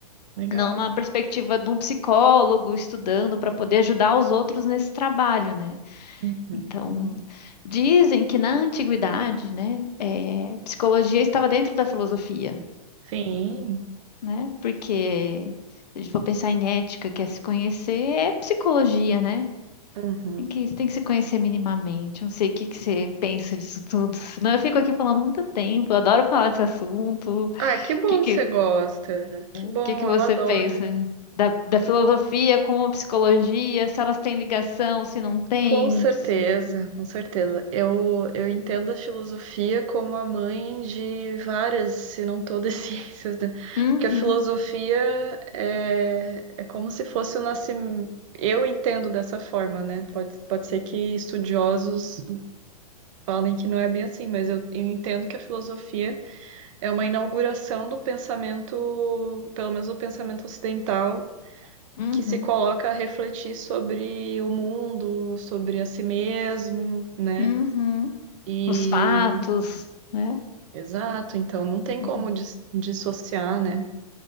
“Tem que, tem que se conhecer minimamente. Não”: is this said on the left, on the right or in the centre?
Left